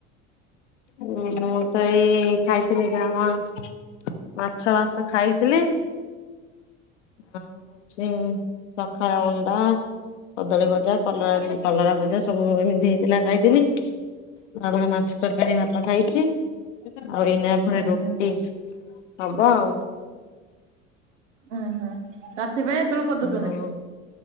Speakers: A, on the left; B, on the right.
A: ମୁଁ ତ ଏଇ ଖାଇଥିଲି ଯାହା ମାଛ ଭାତ ଖାଇଥିଲି। ଆଉ ହଉଛି ସକାଳେ ଅଣ୍ଡା କଦଳୀ ଭଜା, କଲ କଲରା ଭଜା ସବୁ ଏମିତି ହେଇଥିଲା ଖାଇଥିଲି ତାବେଳେ ମାଛ ତରକାରୀ ଭାତ ଖାଇଚି। ଆଉ ଏଇନା ପୁଣି
B: ଉୁଁ
A: ରୁଟି
B: ହୁଁ
A: ହବ ଆଉ
B: ଉୁଁ ହୁଁ ରାତି ପାଇଁ ଏତେବଳୁ କରିଦଉଛନ୍ତି?
A: ହଁ